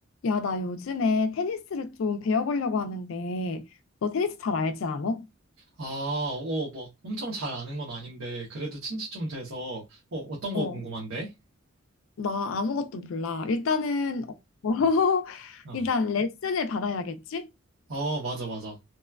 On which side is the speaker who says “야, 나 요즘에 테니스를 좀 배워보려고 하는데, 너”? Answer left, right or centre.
Left